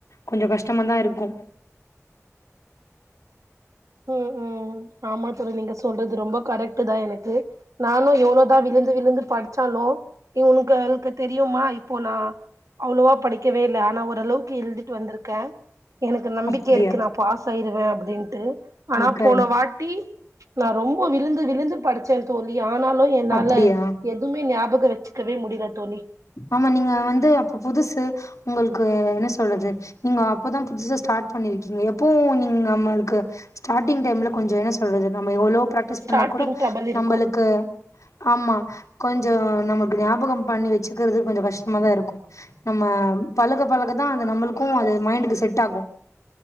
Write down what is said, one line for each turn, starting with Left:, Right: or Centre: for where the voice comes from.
Left: கொஞ்ச கஷ்டமா தா இருக்கு
Right: உஹம் உம் ஆமா தோழி நீங்க சொல்றது ரொம்ப கரெக்ட் தா எனக்கு நானு எவ்ளோதா விழுந்து விழுந்து படிச்சாலோ உங்களுக்கு தெரியுமா இப்போ நா அவ்ளோவா படிக்கவே இல்ல ஆனா ஓரளவுக்கு எழுதிட்டு வந்திருக்க எனக்கு நம்பிக்கை
Left: அப்டியா
Right: இருக்கு நா பாஸ் ஆயிருவே அப்டின்ட்டு ஆனா
Left: க
Right: போன வாட்டி நான் ரொம்ப விழுந்து விழுந்து படிச்சே தோழி ஆனாலு என்னால
Left: அப்டியா
Right: எதுவுமே ஞாபகம் வச்சு க்கவே முடில தோழி
Left: ஆமா நீங்க வந்து அப்ப புதுசு உங்களுக்கு என்ன சொல்றது நீங்க அப்பதா புதுசா ஸடெ ஸ்டார்ட் பண்ணிருக்கீங்க எப்போ நீங்க நம்ளுக்கு ஸ்டார்டிங் டைம்ல கொஞ்ச என்ன சொல்றது நம்ம எவ்ளோ ப்ராக்டிஸ்
Right: ஸ்டார்டிங்
Left: பண்ணா கூட
Right: ட்ரபுள் இருக்கு
Left: நம்மளுக்கு ஆமா கொஞ்சம் நமக்கு ஞாபகம் பண்ணி வச் சுக்கிறது கொஞ்ச கஷ்டமா தா இருக்கு நம்ம பழக பழக தா அது நம்மளுக்கும் அது மைண்டுக்கு செட் ஆகு